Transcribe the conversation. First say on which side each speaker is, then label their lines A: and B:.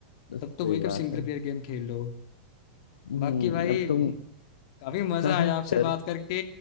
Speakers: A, on the left; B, on the left.
A: बस
B: तब तो
A: सही
B: वही कब
A: बात
B: सिंगल
A: है
B: प्लेयर गेम खेल लो
A: हम्म
B: बाकी भाई
A: अब
B: <laughs>
A: तुम
B: काफी मजा
A: <laughs>
B: आया आपसे
A: कर
B: बात करके